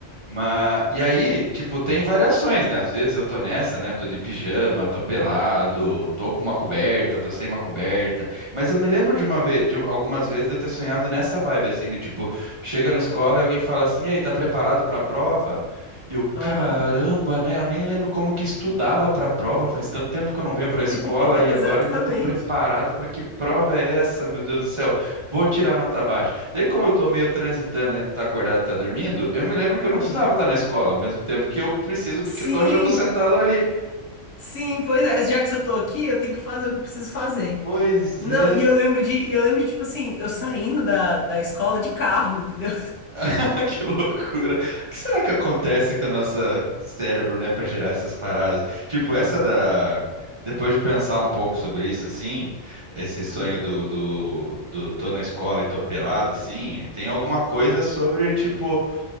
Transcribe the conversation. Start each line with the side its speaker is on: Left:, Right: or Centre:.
Right: Mas, e aí, tipo, tem variações, né? Às vezes eu tô nessa, né? Tô de pijama, tô pelado, tô com uma coberta, tô sem uma coberta. Mas eu me lembro de uma vez, de algumas vezes de eu ter sonhado nessa vibe, assim, de tipo, chega na escola e alguém fala assim, e aí, tá preparado pra prova? E eu,
Left: Aham,
Right: caramba, né? Eu nem lembro como que estudava pra prova, faz tanto tempo que eu não venho pra escola
Left: <laughs>
Right: e
Left: Exatamente.
Right: agora ainda tô preparado pra que prova é essa, meu Deus do céu? Vou tirar nota baixa. Daí, como eu tô meio transitando entre estar acordado e estar dormindo, eu me lembro que eu não
Left: aham.
Right: precisava estar na escola, ao mesmo tempo que eu preciso, porque
Left: Sim,
Right: agora eu já tô sentado ali.
Left: sim, pois é. Já que eu tô aqui, eu tenho que fazer o que eu preciso fazer.
Right: Pois
Left: Não,
Right: é,
Left: e eu lembro de, e eu lembro de, tipo assim, eu saindo da, da escola de carro, entendeu?
Right: <laughs> que loucura. O que será que acontece com o nosso cérebro, né, pra gerar essas paradas? Tipo, essa da. Depois de pensar um pouco sobre isso, assim, esse sonho
Left: Hum,
Right: do, do, do tô na escola e tô pelado, assim, tem alguma coisa
Left: sim,
Right: sobre, tipo